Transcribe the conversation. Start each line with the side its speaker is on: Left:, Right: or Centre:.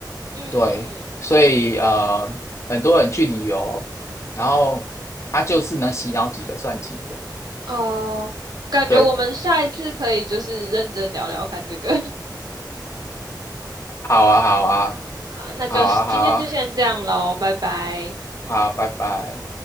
Right: 嗯嗯嗯，
Left: 对，所以呃，很多人去旅游，然后他就是能洗脑几个算几个，
Right: 哦，感觉我们下一次可以就是认真聊聊看这个
Left: 对，好啊，好啊，
Right: <laughs> 啊，那就今天就先这样喽，
Left: 好啊，好啊，
Right: 拜拜。
Left: 好啊，拜拜。